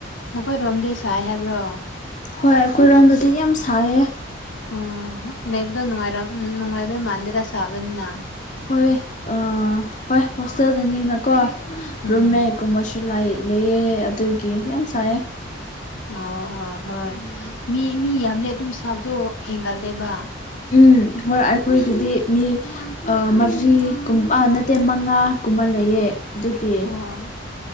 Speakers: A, on the left; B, on the left.
A: ꯅꯈꯣꯏꯔꯣꯝꯗꯤ ꯁꯥꯏ ꯍꯥꯏꯕ꯭ꯔꯣ
B: ꯍꯣꯏ ꯑꯩꯈꯣꯏꯔꯣꯝꯗꯗꯤ ꯌꯥꯝ ꯁꯥꯏꯌꯦ
A: ꯎꯝ ꯂꯩꯕꯗꯣ ꯅꯨꯡꯉꯥꯏꯔꯝ ꯅꯨꯡꯉꯥꯏꯗꯣꯏ ꯃꯥꯟꯗꯦꯗ ꯁꯥꯕꯅꯤꯅ
B: ꯍꯣꯏ ꯑ ꯍꯣꯏ ꯍꯣꯁꯇꯦꯜꯗꯅꯤꯅꯀꯣ
A: ꯎꯝ
B: ꯔꯨꯝ ꯃꯦꯠꯀꯨꯝꯕꯁꯨ ꯂꯩ ꯂꯩꯌꯦ ꯑꯗꯨꯒꯤ ꯌꯥꯝ ꯁꯥꯏꯌꯦ
A: ꯑ ꯑ ꯍꯣꯏ
B: ꯎꯝ
A: ꯃꯤ ꯃꯤ ꯌꯥꯝꯃꯗꯤ ꯑꯗꯨꯝ ꯁꯥꯕꯗꯣ ꯍꯦꯟꯒꯠꯂꯦꯕ
B: ꯎꯝ ꯍꯣꯏ ꯑꯩꯈꯣꯏꯒꯤꯗꯤ ꯃꯤ ꯑ ꯃꯔꯤꯒꯨꯝ ꯅꯠꯇꯦ ꯃꯉꯥꯒꯨꯝꯕ ꯂꯩꯌꯦ ꯑꯗꯨꯒꯤ
A: ꯑꯣ